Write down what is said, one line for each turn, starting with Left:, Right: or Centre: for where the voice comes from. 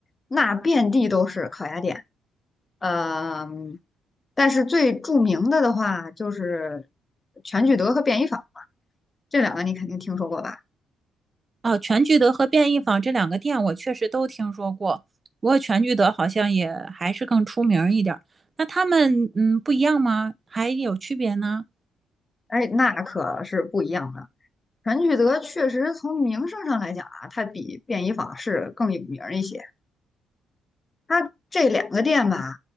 Left: 那遍地都是烤鸭店。嗯，但是最著名的的话就是全聚德和便宜坊这两个，你肯定听说过吧？
Right: 哦、全聚德和便宜坊这两个店我确实都听说过，不过全聚德好像也还是更出名儿一点儿。那他们嗯不一样吗？还有区别呢？
Left: 哎，那可是不一样的。全聚德确实从名声上来讲啊，它比便宜坊是更有名儿一些。它这两个店吧，